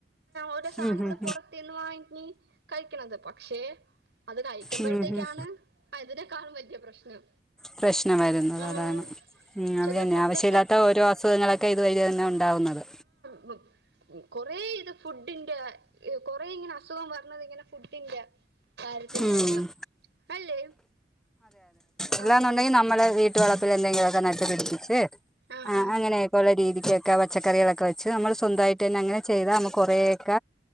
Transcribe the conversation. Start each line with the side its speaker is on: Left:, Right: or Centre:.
Right: ഓരോ സാധനങ്ങള്
Centre: ഉം ഉം
Right: പുറത്തുനിന്ന് വാങ്ങിക്കും കഴ ക്കണത്. പക്ഷേ അത് കഴിക്കുമ്പോഴത്തേക്കാണ്
Centre: ഉം ഉം ഉം
Right: അതിനേക്കാളും വലിയ പ്രശ്നം.
Centre: ഫ്രഷ് അ വരുന്നത്
Right: ഉം
Centre: അതാണ് മം
Right: ചില
Centre: അതെന്നെ
Right: ഫുഡൊക്കെ
Centre: ആവശ്യല്ലാത്ത ഓരോ അസുഖങ്ങളൊക്കെ ഇത് വഴി തന്നെ ഉണ്ടാകുന്നത്
Right: ഉം കൊറേ ഇത് ഫുഡിന്റെ കൊറെ ഇങ്ങനെ അസുഖം വരന്നത് ഇങ്ങനെ ഫുഡിന്റെ താരത്തിന്
Centre: ഉം
Right: എന്നം അല്ലേ
Centre: ഇല്ലന്നുണ്ടെങ്കിൽ
Right: ആഹ് ആഹ്
Centre: നമ്മൾ വീട്ട് വളപ്പിലെ ന്തെങ്കിലൊക്കെ നട്ട് പിടിപ്പിച്
Right: ആഹ് ആഹ്
Centre: അങ്ങനെഒകെയുള്ള രീതി യൊക്കെ പച്ചക്കറികളൊക്കെ വച്ച് നമ്മള് സ്വന്തമായിട്ട്ന്നെ അങ്ങനെ ചെയ്താ നമ്മകൊറേക